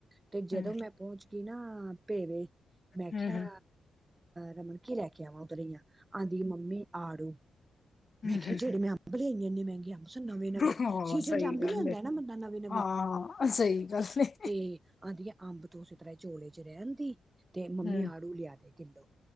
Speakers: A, on the right; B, on the left.
A: ਤੇ
B: ਹਮ
A: ਜਦੋਂ ਮੈਂ ਪਹੁੰਚ ਗਈ ਨਾ ਭੇਵੇ। ਮੈਂ
B: ਹਮ
A: ਕਿਹਾ ਰਮਨ ਕੀ ਲੈ ਕੇ ਆਵਾਂ ਉੱਧਰ ਆਂਦੀ ਮੰਮੀ। ਆੜੂ,
B: ਹਮ
A: ਮੈਂ
B: ਹਮ
A: ਕਿਹਾ ਜਿਹੜੇ ਮੈਂ ਅੰਬ ਲਿਆਈ ਇਨੇ ਮਹਿੰਗੇ ਅੰਬ। ਨਵੇਂ ਨਵੇਂ
B: ਹਾਂ
A: ਸੀਜਨ
B: ਸਹੀ
A: ਚ ਅੰਬ
B: ਗੱਲ
A: ਲਿਆਂਦਾ
B: ਹੈ
A: ਨਾ ਬੰਦਾ ਨਵੇ ਨਵੇ
B: ਹਾਂ ਸਹੀ ਗੱਲ ਹੈ
A: ਤੇ ਆਦੀ ਆ ਅੰਬ ਚ ਉਸੇ ਤਰ੍ਹਾਂ ਝੋਲੇ ਚ ਰਹਿਣ ਦਈ ਤੇ ਮੰਮੀ
B: ਹਮ
A: ਆੜੂ ਲਿਆ ਦੇ ਕਿੱਲੋ।